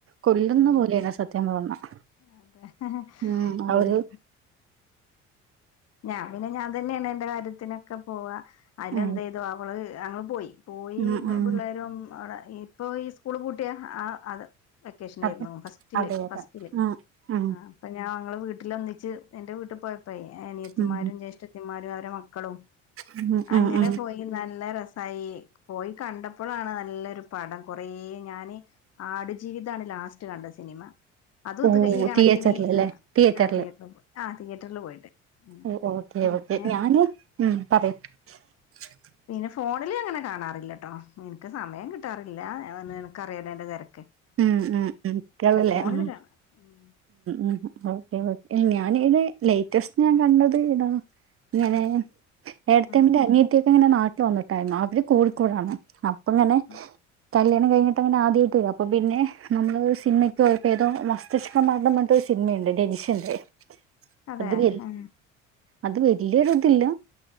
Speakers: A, on the right; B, on the left.
A: കൊല്ലുന്ന
B: ആഹ്
A: പോലെയാണ് സത്യയൊന്ന് പറഞ്ഞാൽ
B: അതെ
A: ഉം
B: ശരി
A: അവര്.
B: ഞാൻ പിന്നെ ഞാൻ തന്നെയാണ് എന്റെ കാര്യത്തിനൊക്കെ പോവാ. അതില്
A: ഉം
B: എന്താ ചെയ്തു അവള് അങ്ങ് പോയി പോയി
A: ഉം ഉം
B: പിള്ളേരും അവിടെ. ഇപ്പൊ ഈ സ്കൂള് പൂട്ടിയാ ആഹ് അത് വെക്കേഷൻ
A: അതെ
B: ആയിരുന്നു ഫസ്റ്റില്
A: അതെ അതെ
B: ഫസ്റ്റില്
A: ഉം ഉം
B: അപ്പൊ ഞാൻ ങ്ങള് വിട്ട് ട്ടിലൊന്നിച്ച് എന്റെ വീട്ടി പോയപ്പഴേ ഏ ത്തിമാരും
A: ഉം
B: ജ്യേഷ്ഠത്തിമാരും അവരെ മക്കളും
A: ഉം
B: അങ്ങനെ
A: ഉം ഉം
B: പോയി നല്ല രസ <unintelligible> പോയി കണ്ടപ്പോഴാണ് നല്ലൊരു പടം കൊറേ ഞാന് ആടുജീവിതാണ് ലാസ്റ്റ് കണ്ട സിനിമ. അതും
A: ഓ
B: ഇത് ഈ കണക്കിന്
A: തിയേറ്ററിലല്ലേ
B: ആ
A: തിയേറ്ററില്
B: ആ തിയേറ്ററിൽ പോയി ആ തിയേറ്ററിൽ പോയിട്ട്.
A: <unintelligible>
B: ഉം പിന്നെ പിന്നെ ഫോണില് അങ്ങനെ കാണാറില്ലട്ടോ എന്ക്ക് സമയം കിട്ടാറില്ല. അത് തന്നെയാണ്. ക്കറിയാലോയെന്റെ തെരക്ക്?
A: ഉം ഉം ഉം കേളല്ലേ
B: ഫോണില്
A: ഉം
B: കാണാം ഉം
A: ഉം ഉം ഞാൻ ഇത് ലേറ്റസ്റ്റ് ഞാൻ കണ്ടത് ഇതാ. ഇങ്ങനെ ഏട്ടത്തിയമ്മേൻ്റെ
B: ഉം
A: അനിയത്തിയോ? എങ്ങനെ നാട്ടിൽ വന്നിട്ടായിരുന്നോ? അവര് കോഴിക്കോടാണ്. അപ് അങ്ങനെ
B: ഉം
A: കല്യാണം കഴിഞ്ഞിട്ടങ്ങനെ ആദ്യായിട്ട് വരുവാ. അപ്പോ പിന്നെ നമ്മള് സിനിമയ്ക്ക് പോയപ്പോ ഏതോ മസ്തിഷ്കമരണം എന്ന് പറഞ്ഞിട്ട് ഒരു സിനിമയുണ്ട് രജിഷന്റെ
B: അതെ
A: അത് വ
B: ഉം
A: അത് വല്യരൊതില്ല.